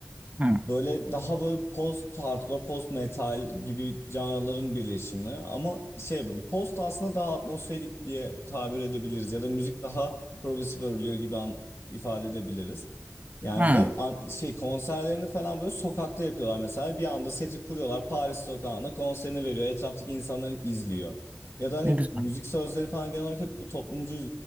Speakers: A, on the right; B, on the left.
A: Hı.
B: Böyle daha böyle post hardcore, post metal gibi canraların birleşimi ama şey bu, post aslında daha atmosferik diye tabir edebiliriz ya da müzik daha progresif örülüyor gibi an- ifade edebiliriz. Yani
A: Hı.
B: ve an- şey konserlerini falan böyle sokakta yapıyorlar mesela bir anda seti kuruyorlar Paris sokağında konserini veriyor etraftaki insanları izliyor. Ya da hani
A: Ne güzel.
B: müzik sözleri falan genel olarak hep bu toplumcu